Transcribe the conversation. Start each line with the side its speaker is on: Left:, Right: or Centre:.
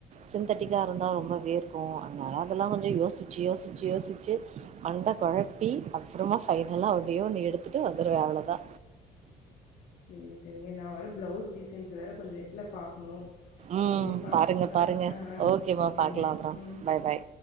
Right: சிந்தட்டிக்கா இருந்தா ரொம்ப வேர்க்கு நாலா அதெல்லா கொஞ்சோ யோசிச்சி யோசிச்சி யோசிச்சி மண்ட கொழப்பி அப்புறமா ஃபைனலா ஒன்னே ஒன்னு எடுத்துட்டு வந்துருவே அவ்ளதா
Left: செ செரிங்க நா வேற ப்ளவுஸ் டிசைன்ஸ் வேற கொஞ்சு நெட்ல பாக்ணு
Right: ம்
Left: செரிப்பா
Right: பாருங்க
Left: ம் அ
Right: பாருங்க
Left: அ அ
Right: ஓகேமா
Left: ஓகேங்க
Right: பாக்கலா அப்றோ
Left: ம்
Right: பாய் பாய்